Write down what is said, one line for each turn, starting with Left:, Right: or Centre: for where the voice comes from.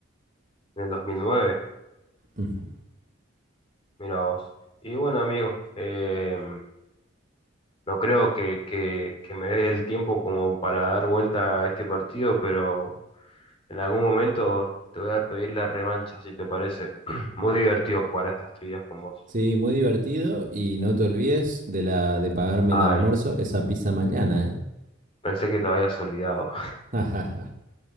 Left: en el 2009.
Right: Ujú.
Left: Mira vos. Y bueno, amigo, eh, No creo que, que, que me dé el tiempo como para dar vuelta a este partido, pero en algún momento te voy a pedir la revancha, si te parece. <clears throat> Muy divertido jugar a estas trivias con vos.
Right: Sí, muy divertido y no te olvides de la de pagarme
Left: Ay,
Right: el almuerzo, esa pizza mañana, ¿eh?
Left: pensé que te habías olvidado.
Right: <laughs>